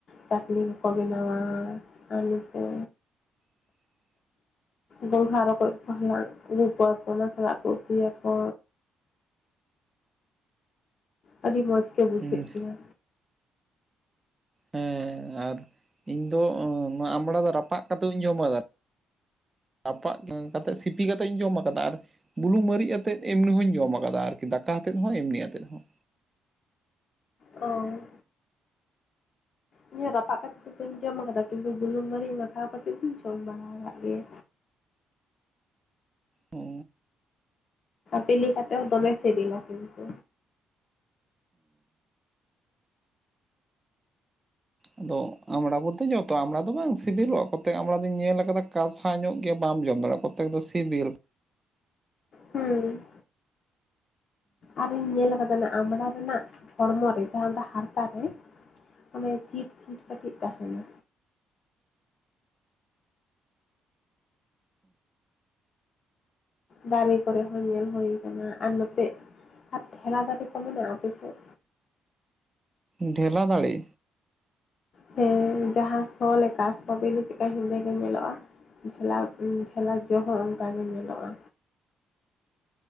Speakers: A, on the left; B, on the right.
A: ᱪᱟᱹᱴᱱᱤ ᱠᱚᱠᱚ ᱵᱮᱱᱟᱣᱟ, ᱟᱨ ᱱᱚᱛᱮ
B: <unintelligible>
A: ᱜᱚᱸᱜᱷᱟ ᱨᱚᱠᱚᱡ ᱠᱚ ᱦᱟᱞᱟᱝ ᱟᱹᱜᱩ ᱠᱚᱣᱟ ᱠᱚ ᱚᱱᱟ ᱥᱟᱞᱟᱜ ᱠᱚ ᱩᱛᱩᱭᱟᱠᱚ᱾ ᱟᱹᱰᱤ ᱢᱚᱸᱡᱽ ᱜᱮ ᱵᱩᱡᱷᱟᱜ
B: ᱦᱮᱸ
A: ᱜᱮᱭᱟ᱾
B: ᱦᱮᱸ ᱟᱨ ᱤᱧ ᱫᱚ ᱟᱢᱲᱟ ᱫᱚ ᱨᱟᱯᱟᱜ ᱠᱟᱛᱮ ᱦᱚᱧ ᱡᱚᱢ ᱠᱟᱫᱟ᱾ ᱨᱟᱯᱟᱜ ᱠᱟᱛᱮᱫ ᱥᱤᱯᱤ ᱠᱟᱛᱮᱫ ᱤᱧ ᱡᱚᱢ ᱠᱟᱫᱟ, ᱟᱨ ᱵᱩᱞᱩᱝ ᱢᱟᱹᱨᱤᱪ ᱟᱛᱮᱫ ᱮᱢᱱᱤ ᱦᱚᱧ ᱡᱚᱢ ᱟᱠᱟᱫᱟ ᱟᱨᱠᱤ ᱫᱟᱠᱟ ᱟᱛᱮᱫ ᱦᱚᱸ ᱮᱢᱱᱤ ᱟᱛᱮᱫ ᱦᱚᱸ᱾
A: ᱦᱳᱭ ᱤᱧᱦᱚ ᱨᱟᱯᱟᱜ ᱠᱟᱛᱮᱫ ᱫᱚ ᱵᱟᱹᱧ ᱡᱚᱢ ᱠᱟᱫᱟ ᱠᱤᱱᱛᱩ ᱵᱩᱞᱩᱝ ᱢᱟᱹᱨᱤᱪ ᱢᱟᱠᱷᱟᱣ ᱠᱟᱛᱮᱜ ᱫᱚᱧ ᱡᱚᱢ ᱵᱟᱲᱟ ᱟᱠᱟᱫ ᱜᱮᱭᱟ᱾
B: ᱚ
A: ᱵᱮᱞᱮ ᱠᱟᱛᱮ ᱦᱚᱸ ᱫᱚᱢᱮ ᱥᱮᱵᱮᱞᱟ ᱠᱤᱱᱛᱩ᱾
B: ᱟᱫᱚ ᱟᱢᱲᱟ ᱵᱚᱞᱛᱮ ᱡᱚᱛᱚ ᱟᱢᱵᱽᱲᱟ ᱫᱚ ᱵᱟᱝ ᱥᱤᱵᱤᱞᱚᱜᱼᱟ, ᱠᱚᱛᱮ ᱟᱢᱲᱟ ᱫᱚᱧ ᱧᱮᱞ ᱟᱠᱟᱫᱟ ᱠᱟᱥᱟ ᱧᱚᱜ ᱜᱮᱭᱟ ᱵᱟᱢ ᱡᱚᱢ ᱫᱟᱲᱮᱭᱟᱜᱼᱟ᱾ ᱛᱮᱠ ᱫᱚ ᱥᱮᱵᱮᱞ᱾
A: ᱦᱩᱸ ᱟᱨᱤᱧ ᱧᱮᱞ ᱠᱟᱫᱟ ᱚᱱᱟ ᱟᱢᱲᱟ ᱨᱮᱱᱟᱜ ᱦᱚᱲᱢᱚ ᱨᱮ ᱡᱟᱸᱦᱟ ᱫᱚ ᱦᱟᱨᱛᱟ ᱨᱮ ᱚᱱᱮ ᱪᱷᱤᱴ ᱪᱷᱤᱴ ᱠᱟᱹᱴᱤᱡ ᱛᱟᱸᱦᱮᱱᱟ᱾ ᱫᱟᱨᱮ ᱠᱚᱨᱮ ᱦᱚᱸ ᱧᱮᱞ ᱦᱳᱭ ᱠᱟᱱᱟ, ᱟᱨ ᱱᱚᱛᱮ ᱟᱨ ᱴᱷᱮᱞᱟ ᱫᱟᱨᱮ ᱠᱚ ᱢᱮᱱᱟᱜᱼᱟ ᱟᱯᱮᱥᱮᱫ?
B: ᱰᱷᱮᱞᱟ ᱫᱟᱲᱮ!
A: ᱦᱮ ᱡᱟᱸᱦᱟ ᱥᱚ ᱞᱮᱠᱟ ᱥᱚ ᱵᱤᱞᱤ ᱪᱤᱠᱟᱹ ᱦᱮᱸᱫᱮ ᱜᱮ ᱧᱮᱞᱚᱜᱼᱟ᱾ ᱴᱷᱮᱞᱟᱣ ᱩ ᱴᱷᱮᱞᱟᱣ ᱡᱚ ᱦᱚ ᱚᱱᱠᱟ ᱜᱮ ᱧᱮᱞᱚᱜᱼᱟ᱾